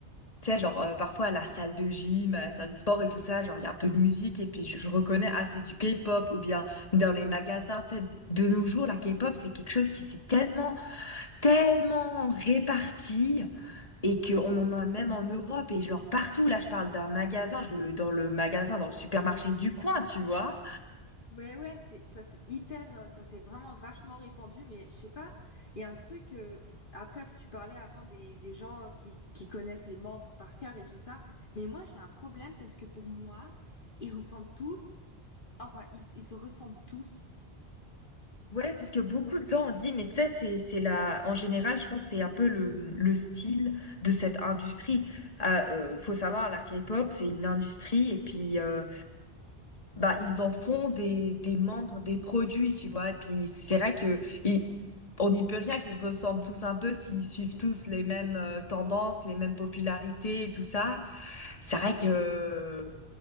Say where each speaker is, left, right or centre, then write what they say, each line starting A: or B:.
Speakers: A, on the left (about 35°); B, on the left (about 55°).
A: Tu sais, genre, euh, parfois à la salle de gym, à la salle de sport et tout ça, genre, il y a un peu de musique et puis je, je reconnais, ah, c'est du K-pop ou bien dans les magasins, tu sais, de nos jours, la K-pop, c'est quelque chose qui s'est tellement, tellement réparti et qu'on en a même en Europe et genre partout. Là, je parle d'un magasin, je, le- dans le magasin, dans le supermarché du coin, tu vois.
B: Ouais, ouais, c'est, ça c'est hyper, euh, ça c'est vraiment vachement répandu, mais je sais pas, il y a un truc, euh, après tu parlais avant des, des gens euh, qui, qui connaissent les membres par cœur et tout ça, mais moi j'ai un problème parce que pour moi, ils ressemblent tous, enfin ils, ils se ressemblent tous,
A: Ouais, c'est ce que beaucoup de gens ont dit, mais tu sais, c'est, c'est la, en général, je pense, que c'est un peu le, le style de cette industrie. Euh, euh, faut savoir, la K-pop, c'est une industrie, et puis, euh, bah, ils en font des, des membres, des produits, tu vois, et puis c'est vrai que, et on n'y peut rien qu'ils se ressemblent tous un peu s'ils suivent tous les mêmes euh, tendances, les mêmes popularités et tout ça. C'est vrai que, euh,